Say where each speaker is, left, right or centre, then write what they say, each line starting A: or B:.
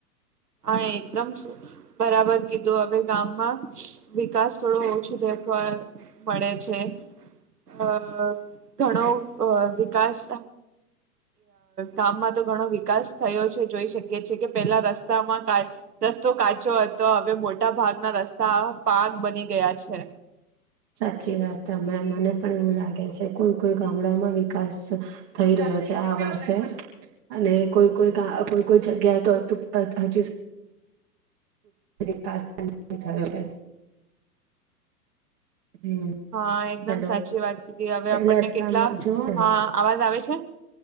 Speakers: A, on the right (about 70°); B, on the right (about 40°).
A: હા એકદમ બરાબર કીધું, હવે ગામમાં વિકાસ થોડો ઓછો દેખવા મળે છે. અ ઘણો વિકાસ ગામમાં તો ઘણો વિકાસ થયો છે, જોઈ શકીએ છીએ કે પેલા રસ્તામાં રસ્તો કાચો હતો, હવે મોટા ભાગના રસ્તા પાક બની ગયા છે.
B: સાચી વાત ત મને પણ એવું લાગે છે કોઈ કોઈ ગામડાઓમાં વિકાસ થઈ રહ્યો છે, આ વર્ષે અને કોઈ કોઈ કોઈ કોઈ જગ્યાએ તો હજુ વિકાસ થયો છે. હમ
A: હા એકદમ
B: હેલો
A: સાચી વાત કીધી, હવે
B: પેલા
A: આપણને
B: રસ્તામાં
A: કેટલા
B: જોઓ
A: હ અવાજ આવે છે